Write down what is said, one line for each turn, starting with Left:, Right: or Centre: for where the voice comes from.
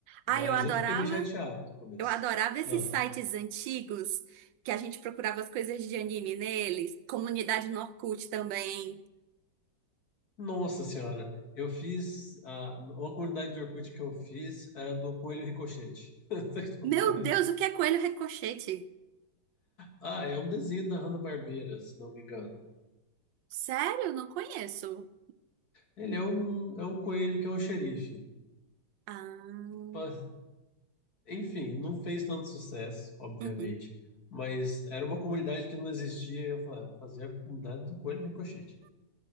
Left: Mas
Right: ai, eu adorava,
Left: eu fiquei bem chateado no começo.
Right: eu adorava esses
Left: Ah,
Right: sites antigos que a gente procurava as coisas de anime neles, comunidade no Orkut também.
Left: nossa senhora, eu fiz. ah, uma comunidade de Orkut que eu fiz era do Coelho Ricochete. <laughs>
Right: Meu
Left: Como é
Right: Deus,
Left: que-
Right: o que é Coelho Ricochete?
Left: Ah, é um desenho da Hanna-Barbera, se não me engano.
Right: Sério? Não conheço.
Left: Ele é um, é um coelho que é um xerife.
Right: Ah,
Left: Pa- Enfim, não fez tanto sucesso, obviamente.
Right: uhum.
Left: Mas era uma comunidade que não existia. Eu falei, "Ah, vou fazer a comunidade do Coelho Ricochete.